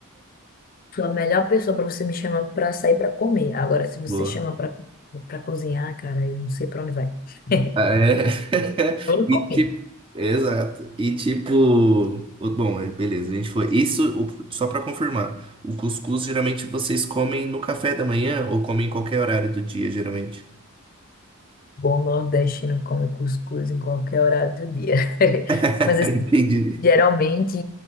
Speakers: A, on the left (about 40°); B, on the right (about 25°).
A: sou a melhor pessoa para você me chamar para sair para comer. Agora, se você
B: Boa.
A: chama para para cozinhar, cara, eu não sei para onde vai. <laughs>
B: Ah, é? <laughs>
A: Eu não
B: E
A: comi.
B: tipo, exato. E tipo, o- bom, é, beleza, a gente foi. Isso, o- só pra confirmar, o cuscuz geralmente vocês comem no café da manhã ou comem em qualquer horário do dia, geralmente?
A: Bom nordestino come cuscuz em qualquer horário do dia. <laughs>
B: <laughs>
A: Mas assim,
B: Entendi.
A: geralmente,